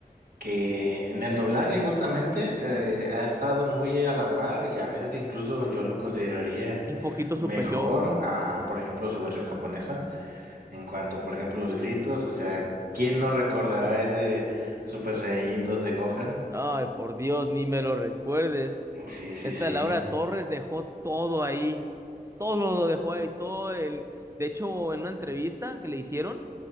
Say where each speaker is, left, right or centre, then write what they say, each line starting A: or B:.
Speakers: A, on the right; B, on the right.
A: que en el doblaje justamente eh, ha estado muy a la par y a veces incluso yo lo consideraría
B: Un poquito
A: mejor
B: superior,
A: a, por ejemplo, su versión japonesa en cuanto a, por ejemplo, los gritos, o sea, ¿quién no recordará ese Super Saiyajin 2 de Gohan?
B: Ay, por Dios, ni me lo recuerdes.
A: Sí, sí,
B: Esta
A: sí.
B: Laura Torres dejó todo ahí. Todo lo dejó ahí, todo el... De hecho, en una entrevista que le hicieron,